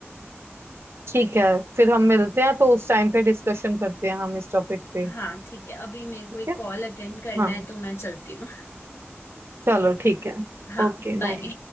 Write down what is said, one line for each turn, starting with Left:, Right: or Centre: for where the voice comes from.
Right: ठीक है फिर हम मिलते हैं तो उस टाइम पे डिस्कशन करते हैं हम इस टॉपिक पे
Left: हाँ ठीक है अभी मेरे को
Right: ठीक
Left: एक
Right: है
Left: कॉल अटेंड करना
Right: हाँ
Left: है तो मैं चलती हूँ
Right: चलो ठीक है
Left: हाँ
Right: Okay bye
Left: बाय